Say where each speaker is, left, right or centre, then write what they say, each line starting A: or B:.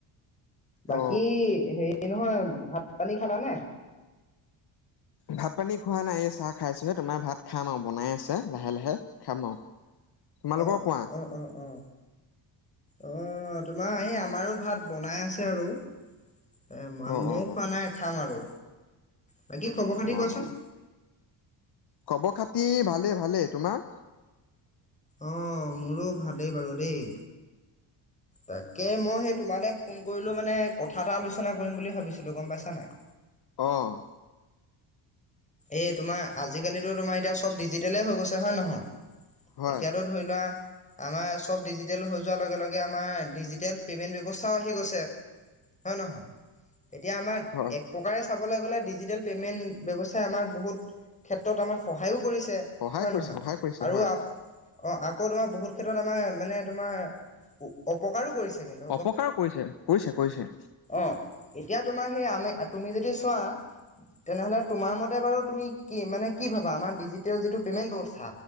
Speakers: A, on the left (about 15°); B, on the left (about 55°).
A: বাকী
B: অ
A: হেৰি নহয় ভাত পানী খালানে?
B: ভাত পানী খোৱা নাই এই চাহ খাইছোহে তোমাৰ ভাত খাম আৰু বনাই আছে লাহে লাহে। খাম আৰু তোমালোকৰ
A: উ
B: কোৱা
A: অ উ উ উ অ তোমাৰ এই আমাৰো ভাত বনাই আছে আৰু, এ মইয়ো
B: অ অ অ
A: খোৱা নাই খাম আৰু বাকী খবৰ খাতি
B: অ
A: কোৱাচোন,
B: অ খবৰ খাতি ভালেই ভালেই তোমাৰ?
A: অঁ মোৰো ভালেই বাৰু দেই। তাকে মই সেই তোমালে ফোন কৰিলো মানে কথা এটা আলোচনা কৰিম বুলি ভাবিছিলো গম পাইছা নাই।
B: অঁ'।
A: এ তোমাৰ আজিকালি তোমাৰ এতিয়া চব ডিজিটলে হৈ গৈছে হয় নহয়?
B: হয়
A: এতিয়াতো- ধৰি লোৱা, - আমাৰ চব ডিজিটেল হৈ যোৱাৰ লগে লগে আমাৰ ডিজিটেল পে'মেণ্ট ব্যৱস্থাও আহি গৈছে। হয় নহয়? এতিয়া আমাৰ
B: হয়
A: এক প্ৰকাৰে চাবলৈ গলে ডিজিটেল পেইমেণ্ট ব্যৱস্থ- ঠাই আমাক বহুত ক্ষেত্ৰত আমাক সহায়ো কৰিছে
B: সহায়
A: হয়
B: কৰিছে
A: নহয়
B: সহায় কৰিছে
A: আৰু-
B: হয়
A: অ আকৌ তোমাৰ বহুত ক্ষেত্ৰত আমাৰ মানে তোমাৰ অপকাৰো কৰিছে। কিন্তু
B: অপকাৰো কৰিছে কৰিছে কৰিছে।
A: অঁ এতিয়া তোমাৰ সেই আমি তুমি যদি চোৱা তেনেহ'লে- তোমাৰ মতে বাৰু তুমি কি মানে কি ভাবা আমাৰ ডিজিটেল যিটো পে'মেন্ট ব্যৱস্থা